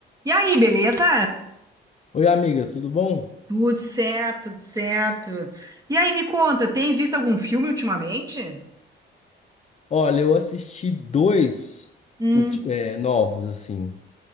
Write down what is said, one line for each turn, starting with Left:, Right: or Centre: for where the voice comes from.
Right: E aí, beleza?
Left: Oi, amiga, tudo bom?
Right: Tudo certo, tudo certo. E aí, me conta, tens visto algum filme ultimamente?
Left: Olha, eu assisti dois
Right: Hum,
Left: ulti- é, novos, assim,